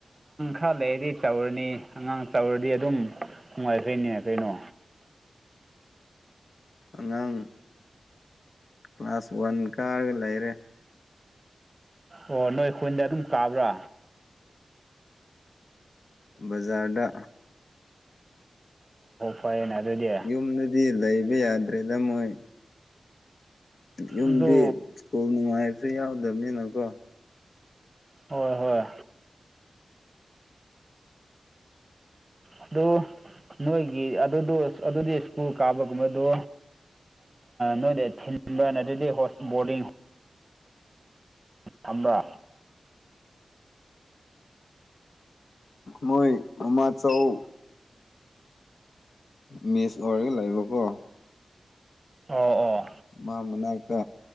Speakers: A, on the right (about 25°); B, on the left (about 65°).
A: ꯑꯥ ꯂꯩꯔꯗꯤ ꯆꯥꯎꯧꯔꯅꯤ ꯑꯉꯥꯡ ꯆꯥꯎꯧꯔꯗꯤ ꯑꯗꯨꯝ ꯅꯨꯡꯉꯥꯏꯈꯩꯅꯦ ꯀꯩꯅꯣ
B: ꯑꯉꯥꯡ ꯀ꯭ꯂꯥꯁ ꯋꯥꯟ ꯀꯥꯔꯒ ꯂꯩꯔꯦ
A: ꯑꯣ ꯅꯣꯏ ꯑꯩꯈꯣꯏꯗ ꯑꯗꯨꯝ ꯀꯥꯕ꯭ꯔꯥ
B: ꯕꯖꯥꯔꯗ
A: ꯄ ꯑꯗꯨꯗꯤ
B: ꯌꯨꯝꯗꯗꯤ ꯂꯩꯕ ꯌꯥꯗ꯭ꯔꯦꯗ ꯃꯣꯏ ꯌꯨꯝꯗꯤ
A: ꯑꯗꯨ
B: ꯁ꯭ꯀꯨꯜ ꯅꯨꯡꯉꯥꯏꯕꯁꯨ ꯌꯥꯎꯗꯕꯅꯤꯅꯀꯣ
A: ꯍꯣꯏ ꯍꯣꯏ ꯑꯗꯨ ꯅꯣꯏꯒꯤ ꯑꯗꯨꯗ ꯑꯗꯨꯗꯤ ꯀꯀꯨ ꯀꯥꯕꯒꯨꯝꯕꯗꯨ ꯅꯣꯏꯗ ꯊꯤꯟꯕ ꯅꯠꯇ꯭ꯔꯗꯤ ꯕꯣꯔꯗꯤꯡ ꯐꯝ꯭ꯔ
B: ꯃꯣꯏ ꯃꯃꯥ ꯆꯧ ꯃꯤꯁ ꯑꯣꯏꯔꯒ ꯂꯩꯕꯀꯣ
A: ꯑꯣ ꯑꯣ
B: ꯃꯥ ꯃꯅꯥꯛꯇ